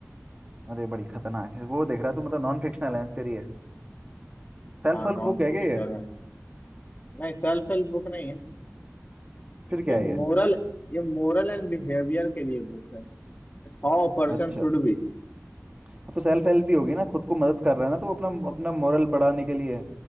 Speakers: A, on the right; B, on the left.
A: अरे बड़ी खतरनाक है वो देख रहा है तू मतलब नॉन फिक्शनल है तेरी है सेल्फ
B: हाँ
A: हेल्प
B: नॉन
A: बुक है
B: फिक्शन
A: क्या ये
B: है नहीं सेल्फ हेल्प बुक नहीं है
A: फिर क्या
B: ये
A: है
B: मोरल
A: ये
B: ये मोरल एंड बिहेवियर के लिए बुक है How person
A: अच्छा
B: should be
A: हाँ तो सेल्फ हेल्प ही होगी ना खुद को मदद कर रहा है ना तू अपना अपना मोरल बढ़ाने के लिए